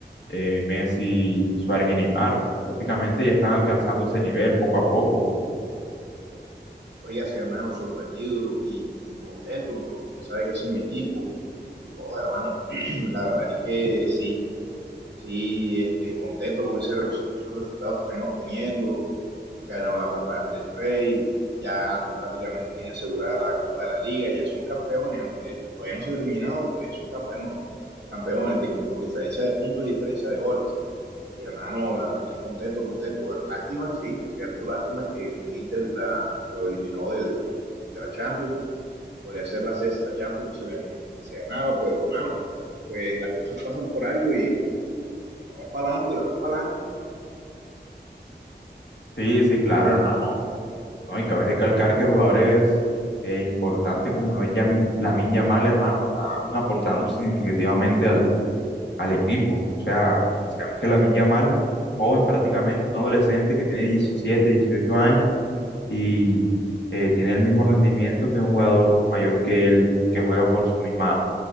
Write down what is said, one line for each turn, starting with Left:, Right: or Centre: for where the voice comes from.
Left: eh, Messi, Luis Suárez y Neymar. Prácticamente ya están alcanzando ese nivel poco a poco.
Right: Oiga, sí, hermano, sorprendido y, y contento porque usted sabe que ese es mi equipo. Dijo joder, hermano, <clears throat> la verdad es que sí, sí, este, contento con ese resu- esos resultados que están obteniendo. Ganaron la Copa del Rey, ya ti- prácticamente tiene asegurada la Copa de la Liga, ya son campeones, aunque todavía no se ha terminado, pero ya son campeones, campeones de- por diferencia de puntos y diferencia de goles. Y hermano, la verdad es que contento, contento. Lástima, sí, cierto, lástima que el Inter la, lo eliminó del, de la Champions. Podría ser la sexta Champions que se, ganó, que se ganaba, pero hermano, pues las cosas pasan por algo y vamos para adelante, vamos para adelante.
Left: Sí, sí, claro, hermano. No, y cabe recalcar que jugadores eh, importantes como lo es Yamin, Lamine Yamal, hermano, están aportando significativamente al equipo. O sea, sabemos que Lamine Yamal es un joven prácticamente, un adolescente que tiene 17, 18 años y eh, tiene el mismo rendimiento que un jugador mayor que él que juega por su misma